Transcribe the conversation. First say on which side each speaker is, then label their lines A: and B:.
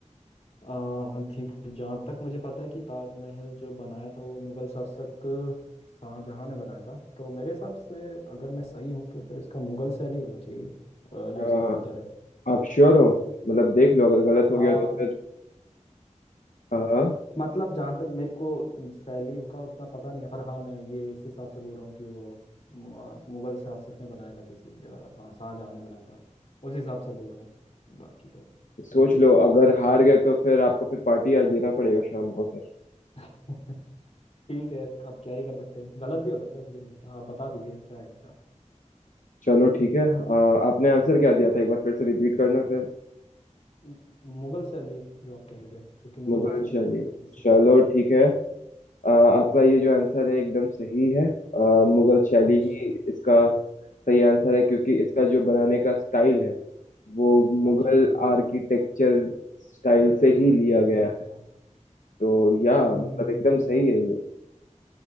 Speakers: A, on the left (about 55°); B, on the left (about 85°).
A: आ, ठीक है जहाँ तक मुझे पता है कि ताजमहल जो बनाया था वो मुगल शासक शाहजहां ने बनाया था तो मेरे हिसाब से अगर मैं सही हूँ तो फिर इसका मुगल शैली होना चाहिए अ, जो
B: अ,
A: इसका उत्तर है
B: आप श्योर हो मतलब देख लो अगर गलत हो
A: हाँ
B: गया तो
A: <laughs>
B: फिर हाँ
A: मतलब जहाँ तक मेरे को शैली का उतना पता नहीं है पर हाँ मैं ये इस हिसाब से बोल रहा हूँ कि वो मु- मुगल शासक ने बनाया था किसी अ, हाँ शाहजहाँ ने बनाया था उस हिसाब से बोल रहा हूँ बाकी तो
B: सोच
A: गलत भी हो
B: लो
A: सकता
B: अगर हार गए तो फिर आपको फिर पार्टी आज देना पड़ेगा शाम को फिर
A: है <laughs> ठीक है अब क्या ही कर सकते हैं गलत भी हो सकता है मुझे नहीं पता आप बता दीजिए क्या है इसका
B: चलो ठीक है अ, आपने आंसर क्या दिया था एक बार फिर से रिपीट करना फिर
A: मु- मुगल शैली जो आप कह रहे थे क्योंकि मुगल
B: मुगल
A: शासक
B: शैली
A: ने बनाया था इस हिसाब
B: चलो
A: से
B: ठीक है अ, आपका ये जो आंसर है एकदम सही है अ, मुगल शैली
A: अच्छा
B: ही इसका सही आंसर है क्योंकि
A: अच्छा
B: इसका जो बनाने का स्टाइल है वो
A: अच्छा
B: मुगल
A: हाँ
B: आर्किटेक्चर स्टाइल से ही लिया गया
A: हाँ
B: है
A: हाँ हाँ,
B: तो या
A: हम्म
B: मतलब
A: हम्म, हम्म,
B: एकदम
A: हम्म।
B: सही है ये